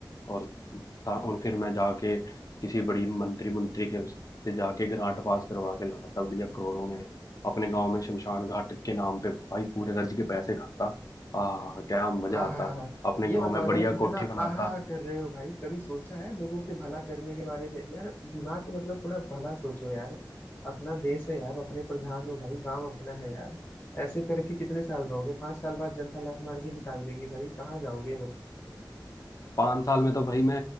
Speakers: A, on the left (about 50°); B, on the left (about 25°).
A: और था- और फिर मैं जाके किसी बड़ी मंत्री मंत्री के से जाके ग्रांट पास करवा के लाता बढ़िया करोड़ों में अपने गांव में शमशान घाट के नाम पे भाई पूरे राज्य के पैसे खाता आ क्या मजा
B: आहा
A: आता अपने
B: ये
A: गांव
B: बताओ
A: में बढ़िया
B: यार इतना
A: कोठी बनाता
B: आहा कर रहे हो भाई कभी सोचा है लोगों के भला करने के बारे में यार दिमाग मतलब थोड़ा भला सोचो यार अपना देश है यार अपने प्रधान हो भाई गांव अपना है यार ऐसे करके कितने साल रहोगे पांच साल बाद जनता लात मार के निकाल देगी भाई कहाँ जाओगे ये
A: पाँच साल में तो भाई मैं